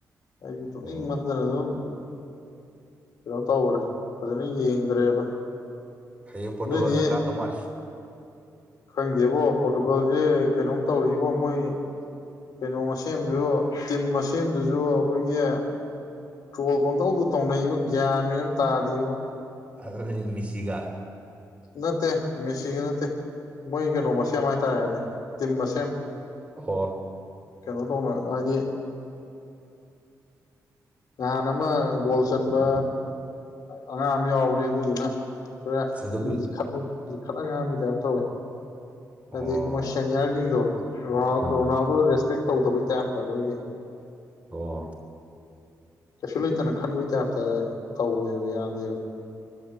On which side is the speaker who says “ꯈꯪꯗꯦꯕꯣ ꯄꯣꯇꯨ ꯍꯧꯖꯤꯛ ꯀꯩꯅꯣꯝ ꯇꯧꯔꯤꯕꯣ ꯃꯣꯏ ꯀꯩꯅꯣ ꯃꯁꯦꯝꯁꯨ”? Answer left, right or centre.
Left